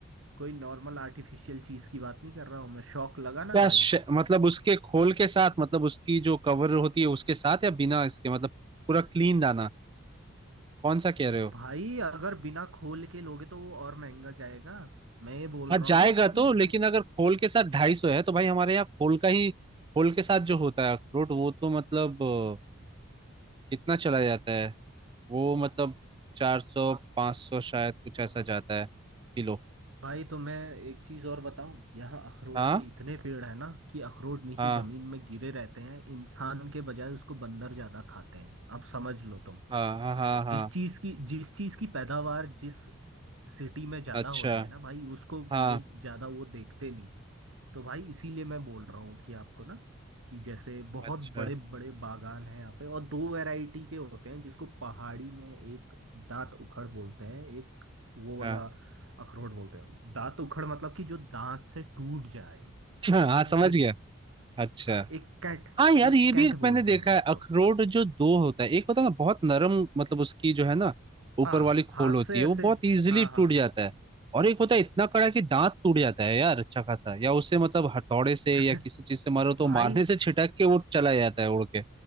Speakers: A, on the right (about 80°); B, on the right (about 25°).
A: कोई नॉर्मल आर्टिफिशियल चीज की बात नहीं कर रहा हूँ मैं शौक लगा ना
B: क्या
A: भाई
B: श, मतलब उसके खोल के साथ मतलब उसकी जो कवर होती है उसके साथ या बिना इसके मतलब पूरा क्लीन दाना कौन सा कह रहे हो
A: भाई अगर बिना खोल के लोगे तो वो और महंगा जाएगा मैं ये बोल
B: हाँ
A: रहा
B: जाएगा
A: हूँ
B: तो
A: कि
B: लेकिन
A: पुर-
B: अगर खोल के साथ ढाई सौ है तो भाई हमारे यहाँ खोल का ही खोल के साथ जो होता है अखरोट वो तो मतलब अ, कितना चला जाता है वो मतलब चार सौ पाँच सौ शायद कुछ ऐसा जाता है किलो
A: भाई तो मैं एक चीज और बताऊं यहाँ अखरोट
B: हाँ
A: के इतने पेड़ है ना कि अखरोट नीचे
B: हाँ
A: जमीन में गिरे रहते हैं इंसान के बजाय उसको बंदर ज्यादा खाते हैं अब समझ लो तुम
B: हाँ हाँ हाँ हाँ
A: जिस चीज की जिस चीज की पैदावार जिस सिटी में ज्यादा
B: अच्छा
A: हो जाए ना भाई उसको
B: हाँ
A: लोग ज्यादा वो देखते नहीं तो भाई इसीलिए मैं बोल रहा हूँ कि आपको ना कि जैसे बहुत
B: अच्छा
A: बड़े बड़े बागान हैं यहाँ पे और दो वैरायटी के होते हैं जिसको पहाड़ी में एक दांत उखड़ बोलते हैं एक वो
B: हाँ
A: वाला अखरोट बोलते हैं दांत उखड़ मतलब कि जो दांत से टूट जाए
B: <laughs> हाँ
A: ठीक है
B: समझ
A: एक
B: गया अच्छा
A: हाँ, एक कैट
B: हाँ यार
A: एक
B: ये
A: कैट
B: भी एक
A: बोलते
B: मैंने देखा
A: हैं उसको
B: है अखरोट जो दो होता है एक होता है ना बहुत नरम मतलब उसकी जो है ना ऊपर
A: हाँ
B: वाली खोल
A: हाथ
B: होती
A: से
B: है
A: ऐसे
B: वो बहुत इजीली
A: हाँ हाँ
B: टूट जाता है और एक होता है इतना कड़ा कि दांत टूट जाता है यार अच्छा खासा या उससे मतलब हथौड़े से
A: <laughs>
B: या किसी चीज से मारो तो
A: भाई
B: मारने से छिटक के वो चला जाता है उड़ के